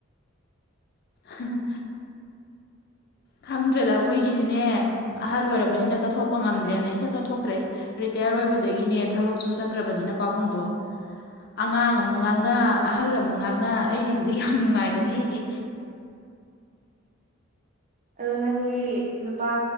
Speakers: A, on the left; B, on the right.
A: ꯍ ꯍ ꯈꯪꯗ꯭ꯔꯦꯗ ꯑꯈꯣꯏꯒꯤꯗꯤꯅꯦ ꯑꯍꯜ ꯑꯣꯏꯔꯕꯅꯤꯅ ꯆꯠꯊꯣꯛꯄ ꯉꯝꯗ꯭ꯔꯦꯅ ꯏꯆꯠ ꯆꯠꯊꯣꯛꯇ꯭ꯔꯦ ꯔꯤꯇꯥꯌꯔ ꯑꯣꯏꯕꯗꯒꯤꯅꯦ ꯊꯕꯛꯁꯨ ꯆꯠꯇ꯭ꯔꯕꯅꯤꯅ ꯄꯥꯕꯨꯡꯗꯣ ꯑꯉꯥꯡ ꯑꯃꯨꯛ ꯉꯥꯡꯅ ꯑꯍꯜ ꯑꯃꯨꯛ ꯉꯥꯡꯅ ꯑꯩꯗꯤ ꯍꯧꯖꯤꯛ ꯌꯥꯝ ꯅꯨꯡꯉꯥꯏꯅ ꯂꯦꯜꯂꯤ
B: ꯑꯗꯣ ꯅꯪꯒꯤ ꯅꯨꯄꯥ